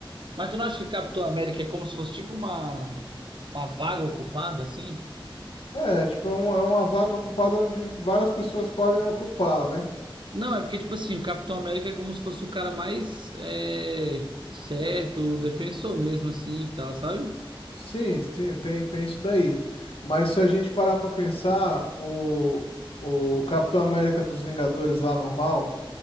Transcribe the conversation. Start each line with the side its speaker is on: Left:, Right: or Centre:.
Right: mas tu não acha que Capitão América é como se fosse tipo uma uma vaga ocupada assim?
Left: É, tipo, é, um- é uma vaga ocupada onde várias pessoas podem ocupá-la, né?
Right: Não, é porque tipo assim, o Capitão América é como se fosse o cara mais é, certo, o defensor mesmo assim e tal, sabe?
Left: Sim, sim, tem, tem isso daí. Mas se a gente parar pra pensar, o, o Capitão América dos Vingadores lá normal,